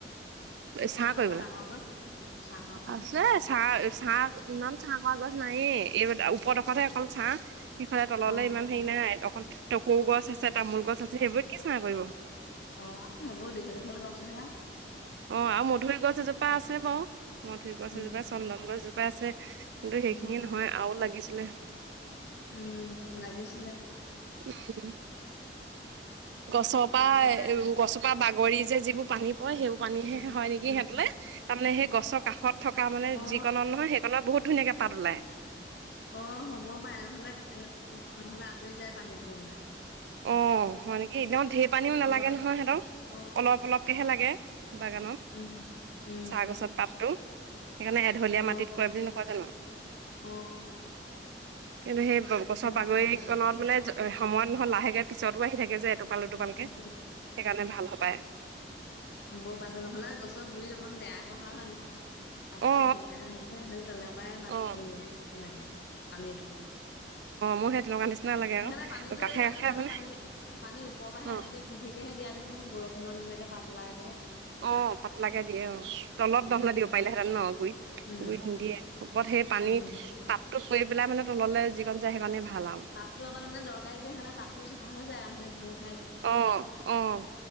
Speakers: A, on the right; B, on the left.
A: চাহ
B: ওচৰত
A: কৰিবলে
B: অকমান ডাঙৰ গছ। অ ছাঁহৰ কাৰণে
A: আছে চাহ-চাহ-ইমান ছাহ পৰা গছ নাইয়ে এই আৰু ওখ। ওপৰডোখৰহে অকল ছাঁ সিফালে তললেই
B: অ
A: ইমান হেৰি নাই অকণ। টকৌ গছ আছে, তামোল গছ আছে, সেইবোৰে কি চাহ কৰিব?
B: অ সেইবোৰ দীঘল দীঘল গছ নহয়
A: অহ, আৰু মধুুৰী গছ এজোপা আছে বাৰু। মধুৰী গছ
B: উম
A: এজোপা, চন্দন গছজোপা আছে কিন্তু সেইখিনিয়ে
B: উম
A: নহয় আৰু লাগিছিলে।
B: উম লাগিছিলে।
A: উম গছৰ পৰা
B: তাৰপিছতে
A: এ অ গছ। বা বাগৰি যে যিবোৰ পানী পৰে সেইবোৰ পানীহে
B: উম
A: হয় নিকি
B: উম
A: সিহঁতলে তাৰমানে সেই গছৰ কাষত। থকা মানে
B: অ
A: যিকণত নহয় সেইকণত বহুত ধুনীয়াকে পাত ওলায়।
B: অ হ'ব পাৰে নহলে এ অ নহলে আঁতৰি যায় পানীটোৰ মানে
A: অ হয় ন। এদম ঢেৰ পানীও নালাগে
B: অলপ
A: নহয় সিহঁতক
B: অ
A: অলপ
B: অ
A: অলপকেহে লাগে বাগানত
B: উম উম
A: চাহ গছত। <unintelligible> সেইকাৰণে এঢলীয়া
B: অ
A: মাটিত কয় বুলি নকয় জানো।
B: অ অ
A: কিন্তু সেই গছৰ
B: হ'ব
A: বাগৰিকনত
B: পাৰে চাগে
A: মানে, সময়ত নহয় লাহেকে পিছতো আহি থাকে যে এই পালো টোপালকে।
B: উম
A: সেইকাৰণে ভাল হবাই
B: ৰুব পাইছিলো হলে গছৰ গুৰিত অকণ বেয়াহে হয় নহয় তাত
A: অ
B: আকৌ ধুনীয়া আছে সেই তেনেকুৱাই মাত
A: অ
B: হেৰি লাগে। আনিলো
A: মই সেই তেনেকুৱা নিচিনা লাগে
B: সেনকা
A: আকৌ
B: পানীটো
A: কাষে
B: এই বাগান
A: কাষে
B: বিলৰ
A: মানে
B: পানী, পানী ওপৰ পৰাহে
A: অ',
B: এনেকে ফিফিকেহে দিয়া দেখো বৰষ সোনৰ নিচিনাকে পাত উলাই
A: অ পাতলাকে দিয়ে। অ তলত
B: উম
A: নহলে দিব পাৰিলেহেঁতেন গুৰিত
B: উম
A: গুৰিত নিদিয়ে বত সেই পানী
B: উম
A: পাততোত পৰি পেলাই মানে তললৈ যিকণ যায় সেইকণে ভাল। আৰু
B: পাতটো অকল মানে দৰকাৰী যে সেকানে পাতটো চাফা হৈ যায় আৰু ধু
A: অহ, অহ,